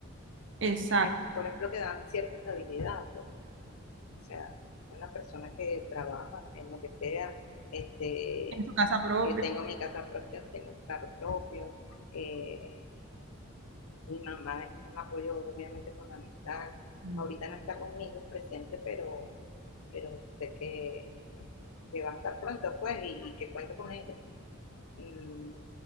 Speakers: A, on the right; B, on the left.
A: exacto,
B: que, por ejemplo, que dan cierta estabilidad, pues, o sea, una persona que trabaja en lo que sea, este,
A: en su casa propia.
B: que tengo mi casa propia, tengo un carro propio, eh, mi mamá es un apoyo obviamente fundamental,
A: Mm.
B: ahorita no está conmigo presente, pero, pero sé que, que va a estar pronto, pues, y, y que cuento con ella. Mm,